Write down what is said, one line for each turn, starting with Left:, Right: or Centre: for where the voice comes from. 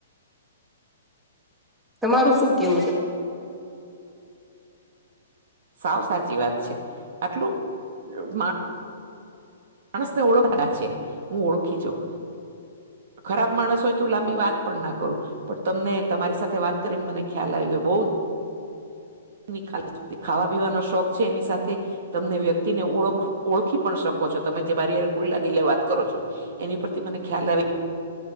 Centre: તમારું શું કેવું છે?
Right: સાવ સાચી વાત છે. આટલું મા માણસને ઓળખવાના છે. હું ઓળખી જઉં. ખરાબ માણસ હોય તો લાંબી વાત પણ ના કરું. પણ તમને તમારી સાથે વાત કરીને મને ખ્યાલ આવી ગયો બઉ <inaudible> ખાવા પીવાનો શોખ છે એની સાથે. તમને વ્યક્તિને ઓખ ઓળખી પણ શકો છો. તમે જે મારી હારે ખૂલ્લા દિલે વાત કરો છો. એની ઉપરથી મને ખ્યાલ આવી